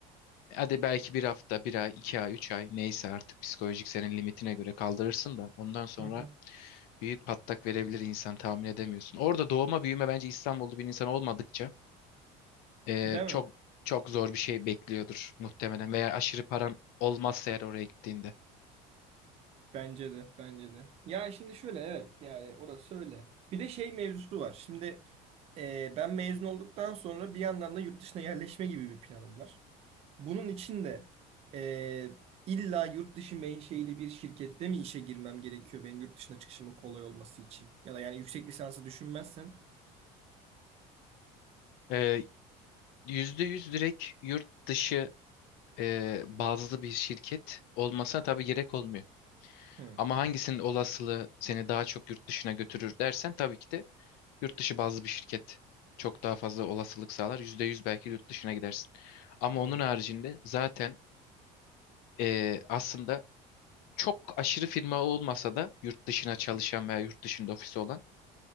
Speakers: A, on the left; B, on the right.
A: e, hadi belki bir hafta, bir ay, iki ay, üç ay neyse artık psikolojik senin limitine göre kaldırırsın da ondan sonra
B: Hı hı.
A: büyük patlak verebilir insan tahmin edemiyorsun. Orada doğma büyüme bence İstanbullu bir insan olmadıkça Ee,
B: Değil mi?
A: çok çok zor bir şey bekliyordur muhtemelen veya aşırı paran olmazsa eğer oraya gittiğinde.
B: Bence de, bence de. Ya şimdi şöyle evet yani orası öyle. Bir de şey mevzusu var. Şimdi e, ben mezun olduktan sonra bir yandan da yurt dışına yerleşme gibi bir planım var. Bunun için de e, illa yurt dışı menşeili bir şirkette mi işe girmem gerekiyor benim yurt dışına çıkışımın kolay olması için? Ya da yani yüksek lisansı düşünmezsen.
A: Ee, yüzde yüz direkt yurt dışı e, bazlı bir şirket olmasına tabii gerek olmuyor.
B: Hı,
A: Ama hangisinin olasılığı seni daha çok yurt dışına götürür dersen tabii ki de yurt dışı bazlı bir şirket çok daha fazla olasılık sağlar. Yüzde yüz belki yurt dışına gidersin. Ama
B: hı.
A: onun haricinde zaten e, aslında çok aşırı firma olmasa da yurt dışına çalışan veya yurt dışında ofisi olan